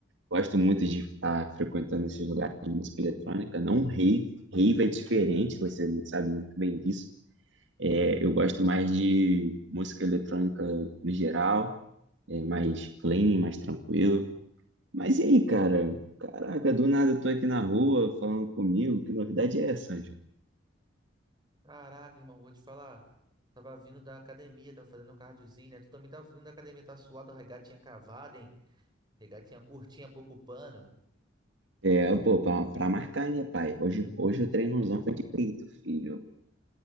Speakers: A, on the right; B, on the right.
A: Gosto muito de estar frequentando esses lugares de música eletrônica, não rave. Rave é diferente, você sabe muito bem disso. É, eu gosto mais de música eletrônica no geral, é mais clean, mais tranquilo. Mas e aí, cara? Caraca, do nada eu tô aqui na rua falando comigo. Que novidade é essa, Ângelo?
B: Caraca, irmão, vou te falar. Tava vindo da academia, tava fazendo um cardiozinho, né? Tu também tava vindo da academia, tá suado, a regatinha cavada, hein? Regatinha curtinha, pouco pano.
A: É, pô, pra, pra marcar, né, pai? Hoje, hoje o treinozão foi de peito, filho.